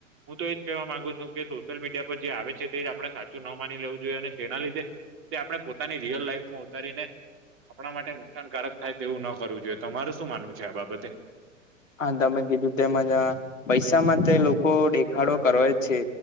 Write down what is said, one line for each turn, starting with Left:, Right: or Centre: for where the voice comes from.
Right: હું તો એજ કહેવા માંગુ છું કે સોશિયલ મીડિયા પર જે આવે છે તે જ આપણે સાચું ન માની લેવું જોઈએ અને તેના લીધે. તે આપણે પોતાની રિયલ લાઈફ માં ઉતારી ને આપણા માટે નુકસાનકારક થાય તેવું ન કરવું જોઈએ તમારે શું માનવું છે આ બાબતે?
Left: હા તમે ગીધું તે મજા પૈસા માં તે લોકો દેખાડો કરવા જ છે,